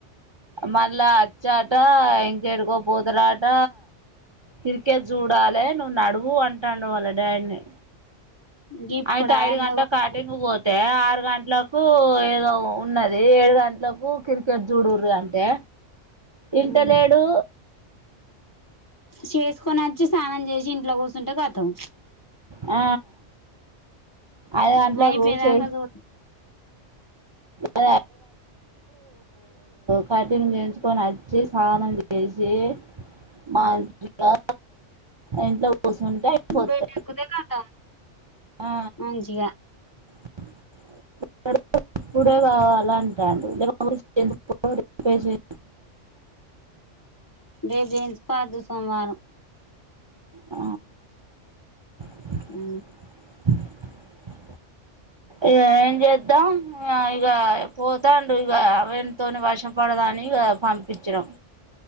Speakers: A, on the right; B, on the left.
A: మళ్ళ అచ రా ఇంకేడుకో పోతరాట క్రికెట్ చూడాలే నువ్వు నడువు అంటాండు వాళ్ళ డాడ్ ని.
B: గిప్పుడా
A: అయి
B: ఎండ
A: లోజై
B: కొడతాంది
A: కటి ను పోతే ఆరు గంటలకు ఏదో ఉన్నది ఏడు గంటలకు క్రికెట్ చూడరు అంటే ఇంట
B: మ్మ్
A: లేడు
B: చేసుకొని వచ్చి స్నానం చేసి ఇంట్లో కూర్చుంటే కతం
A: ఆ ఐదు
B: హ్మ్
A: గంటలకు
B: అయిపోయేదాకా
A: చే
B: చు
A: అది కటింగ్ చేంచుకొని అచ్చి స్నానం చేసి మంచిగా ఇంట్లో కూర్చుంటే అయిపోతది
B: బెడ్ ఎక్కుతే కతం
A: ఆ
B: మంచిగా
A: <unintelligible> ఇప్పుడే కావాల అంటాండు లేక పోతే
B: రేపు చేయించుకోవద్దు సోమవారం
A: హ హ
B: హ్మ్
A: <unintelligible> ఇగ ఏం చేద్దాం ఇగ ఇగ పోత్ తాండు ఇంగ వీన్ తోని వశ పడదని ఇగా పంపించినం